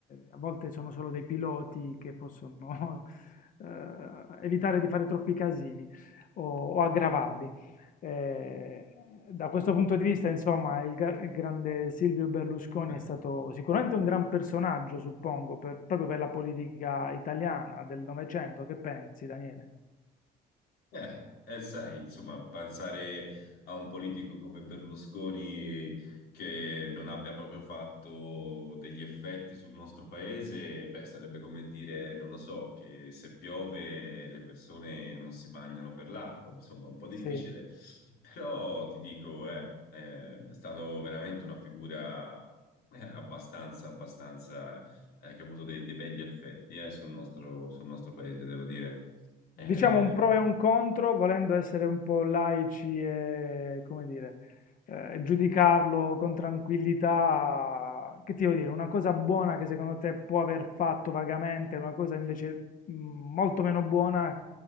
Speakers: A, on the left; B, on the left.
A: a volte sono solo dei piloti che possono <laughs> eh, evitare di fare troppi casini o, o aggravarli. Eh, da questo punto di vista, insomma, il, ga- il grande Silvio Berlusconi
B: <laughs>
A: è stato sicuramente un gran personaggio, suppongo, per- proprio per la politica italiana del Novecento. Che pensi, Daniele?
B: Eh, eh, sai, insomma, pensare a un politico come Berlusconi che non abbia proprio fatto degli effetti sul nostro paese, beh, sarebbe come dire, non lo so, che se piove le persone non si bagnano per l'acqua, insomma, un po' difficile.
A: Sì.
B: Però ti dico, eh, eh, è stato veramente una figura eh, abbastanza, abbastanza, eh, che ha avuto dei, dei begli effetti, eh, sul nostro, sul nostro paese, devo dire. Eh,
A: diciamo un pro e un contro, volendo essere un po' laici e, come dire, eh, giudicarlo con tranquillità, che ti devo dire, una cosa buona che secondo te può aver fatto vagamente, una cosa invece mh, molto meno buona